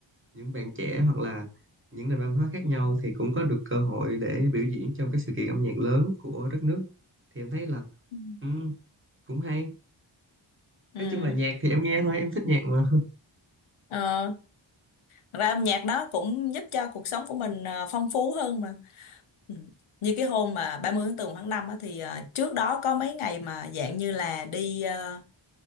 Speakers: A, on the right; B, on the left.
A: những bạn trẻ hoặc là những nền văn hóa khác nhau thì cũng có được cơ hội để biểu diễn trong cái sự kiện âm nhạc lớn của đất nước thì em thấy là
B: Ừ.
A: ừ, cũng hay
B: ừ
A: nói chung là nhạc thì em nghe thôi em thích nhạc mà <laughs>
B: ờ, thật ra âm nhạc nó cũng giúp cho cuộc sống của mình ờ, phong phú hơn mà ừ. như cái hôm mà 30 tháng tư tháng 5 á, thì ờ, trước đó có mấy ngày mà dạng như là đi ờ,